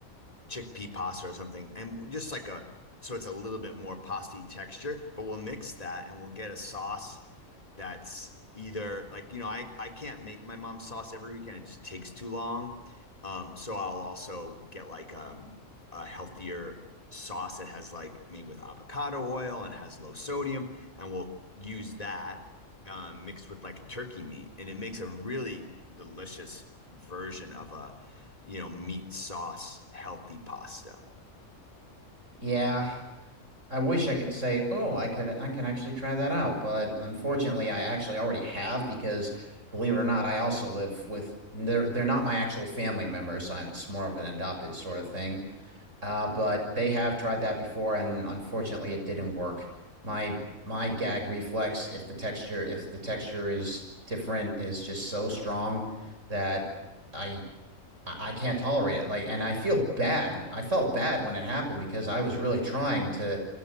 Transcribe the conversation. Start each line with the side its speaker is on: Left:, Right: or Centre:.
Left: chickpea pasta or something. And just like a so it's a little bit more pasty texture, but we'll mix that and we'll get a sauce that's either like you know I I can't make my mom's sauce every weekend it just takes too long um so I'll also get like um a healthier sauce that has like made with avocado oil and has low sodium and we'll use that um mixed with like turkey meat and it makes a really delicious version of a you know meat sauce healthy pasta
Right: Yeah, I wish I could say, "Oh, I could I can actually try that out," but unfortunately, I actually already have because believe it or not, I also live with they're they're not my actual family members. so I'm it's more of an adopted sort of thing. Uh, but they have tried that before and unfortunately it didn't work. My my gag reflex if the texture if the texture is different is just so strong that I I, I can't tolerate it. Like, and I feel bad. I felt bad when it happened because I was really trying to